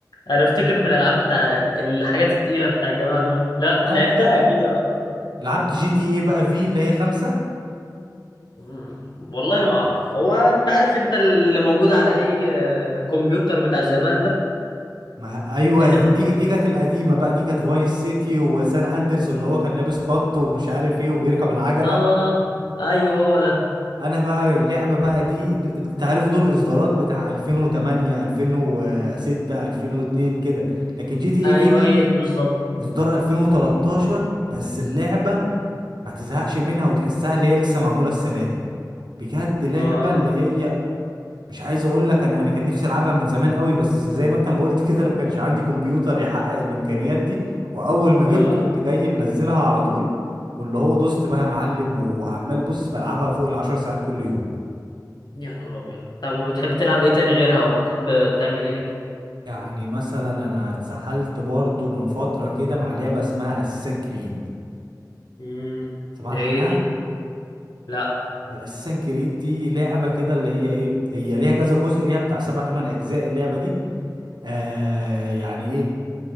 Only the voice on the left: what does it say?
انا افتكر من الالعاب بتاع الحاجات التقيله بتاع الجماعه دول لا
لعبتها
اكيد يا راجل
مم. والله ما اعرف هو انت عارف انت اللي موجود على اي آه، كمبيوتر بتاع زمان ده
انما
اه ايوه هو ده
ايوه
هي
دي بالظبط
اه
اه
يا نهار ابيض طب وبتحب تلعب ايه تاني غيرها وبتحب تعمل ايه
امم
ده ايه
دي لا